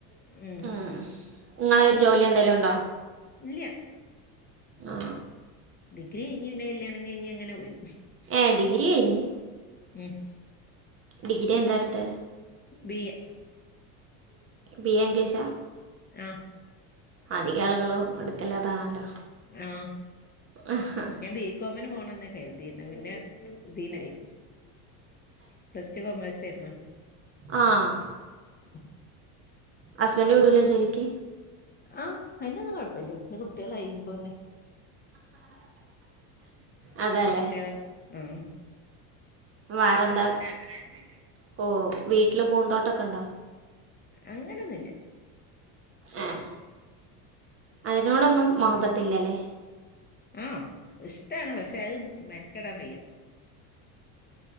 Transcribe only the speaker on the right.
ആ അ നിങ്ങള് ജോലി എന്തേലും ഉണ്ടോ
ആ
ഏ ഡിഗ്രി കഴിഞ്ഞ്
ഡിഗ്രി എന്താട്ത്തെ
ബി എ ഇംഗ്ലീഷാ
അധിക ആളുകളും എടുക്കല്ലതാണല്ലോ
അഹ
ആഹ്
ഹസ്ബൻഡ് വിടൂല ജോലിക്ക്
അതല്ലേ
വേറെന്താ ചെറ്തിന് രണ്ടര വയസ്സായിട്ടോള്ളു. ഓഹ് വീട്ടില് പൂന്തോട്ടൊക്കെണ്ടോ
ആഹ് അതിനോടൊന്നും മൊഹബത്തില്ലലേ